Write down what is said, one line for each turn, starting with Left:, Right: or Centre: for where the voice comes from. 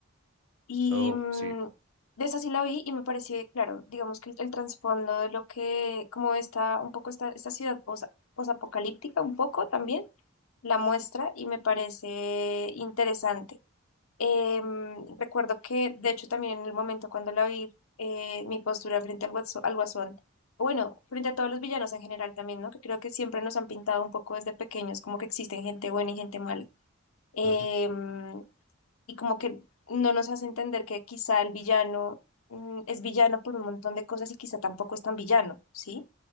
Left: Y
Right: Oh,
Left: mm,
Right: sí.
Left: de esa sí la vi y me pareció, claro, digamos que el, el trasfondo de lo que, como está un poco esta, esta ciudad posa- posapocalíptica, un poco también, la muestra y me parece interesante. Em, recuerdo que, de hecho, también en el momento cuando la vi, eh, mi postura frente al guaso- al guasón, bueno, frente a todos los villanos en general también, ¿no? Que creo que siempre nos han pintado un poco desde pequeños, como que existen gente buena y gente mala. Em,
Right: Ujú,
Left: y como que no nos hace entender que quizá el villano, mm, es villano por un montón de cosas y quizá tampoco es tan villano, ¿sí?